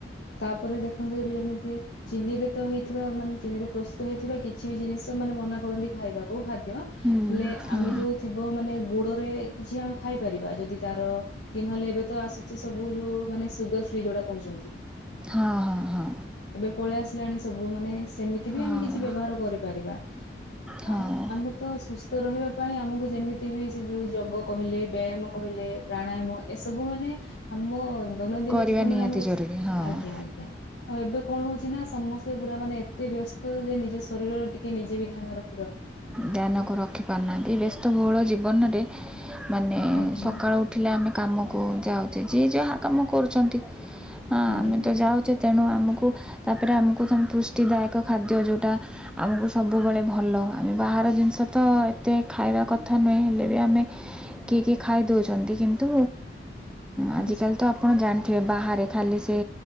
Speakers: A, on the left; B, in the centre.
A: ତାପରେ ଦେଖନ୍ତୁ ଯେବେ ଯେମିତି ଚିନି ରୁ ତ ହେଇଥିବ ମାନେ ଚିନି ପ୍ରସ୍ତୁତ ହେଇଥିବା କିଛି ବି ଜିନିଷ ମାନେ ମନା କରନ୍ତି ଖାଇବାକୁ ଖା ଦ୍ୟ
B: ହଁ
A: ହେଲେ
B: ହଁ
A: ଆମେ ଯୋଉ ଥିବ ମାନେ ଗୁଡରେ କିଛି ଆମେ ଖାଇପାରିବା ଯଦି ତାର କି ନହେଲେ ଏବେ ତ ଆସୁଛି ସବୁ ଯୋଉ ମାନେ ସୁଗର ଫ୍ରି ଯୋଉଟା କହୁଛନ୍ତି
B: ହଁ ହଁ ହଁ
A: ଏବେ ପଳେଇ ଆସିଲାଣି ସବୁ ମାନେ ସେମିତି ବି
B: ହଁ
A: ଆମେ କିଛି ବ୍ୟବହାର କରିପା ପାରିବା
B: ହଁ
A: ଆଉ
B: ହଁ
A: ଆମେ ତ ସୁସ୍ଥ ରହିବା ପାଇଁ ଆମକୁ ଯେମିତି ବି ସେ ଯୋଉ ଯୋଗ କହିଲେ ବ୍ୟାୟାମ କହିଲେ ପ୍ରାଣାୟାମ ଏସବୁ ମାନେ ଆମୋ ଦୈନନ୍ଦିନ
B: କରିବା
A: ଜୀବନରେ
B: ନିହାତି
A: ଆମକୁ
B: ଜରୁରୀ ହଁ
A: ଆଜ୍ଞା ଆଜ୍ଞା ଆଉ ଏବେ କଣ ହଉଛି ନା ସମସ୍ତେ ପୁରା ମାନେ ଏତେ ବ୍ୟସ୍ତ ଯେ ନିଜ ଶରୀର ର ଟିକ ନିଜେ ବି ଧ୍ୟାନ ରଖ
B: ଧ୍ୟାନକୁ ରଖି ପାରୁନାହାନ୍ତି ବ୍ୟସ୍ତବହୁଳ ଜୀବନରେ ମାନେ
A: ଆଜ୍ଞା
B: ସକାଳୁ ଉଠିଲେ ଆମେ କାମକୁ ଯାଉଛେ ଯିଏ ଯାହା କାମ କରୁଛନ୍ତି ହଁ
A: ଆଜ୍ଞା
B: ଆମେ
A: ଆଜ୍ଞା
B: ତ ଯାଉଛେ ତେଣୁ ଆମ କୁ ତାପରେ ଆମକୁ ପୁଷ୍ଟିଦାୟକ ଖାଦ୍ୟ ଯେଉଁଟା ଆମକୁ ସବୁବେଳେ ଭଲ। ଆମେ ବାହାର ଜିନିଷ ତ ଏତେ ଖାଇବା କଥା ନୁହେଁ ହେଲେ ବି ଆମେ ଟିକେ ଟିକେ ଖାଇ ଦେଉଛନ୍ତି। କିନ୍ତୁ ଆଜିକାଲି
A: ବସ୍-
B: ତ ଆପଣ ଜାଣିଛନ୍ତି। ବାହାରେ ଖାଲି ସେ